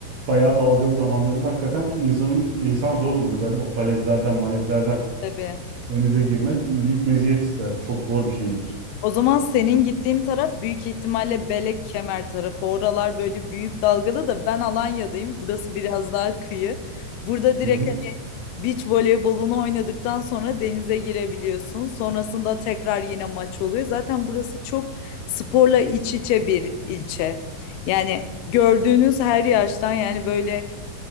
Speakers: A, on the right (about 60°); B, on the left (about 80°).
A: bayağı dalgalı zamanlarında hakikaten insanın insan zor olur. Özellikle o falezlerden, malezlerden
B: tabii.
A: denize girmek büyük meziyet ister. Çok zor bir şeydir.
B: O zaman senin gittiğin taraf büyük ihtimalle Belek Kemer tarafı. Oralar böyle büyük dalgalı da ben Alanya'dayım. Burası biraz daha kıyı. Burada direkt
A: Hı hı.
B: hani beach voleybolunu oynadıktan sonra denize girebiliyorsun. Sonrasında tekrar yine maç oluyor. Zaten burası çok sporla iç içe bir ilçe. Yani gördüğünüz her yaştan yani böyle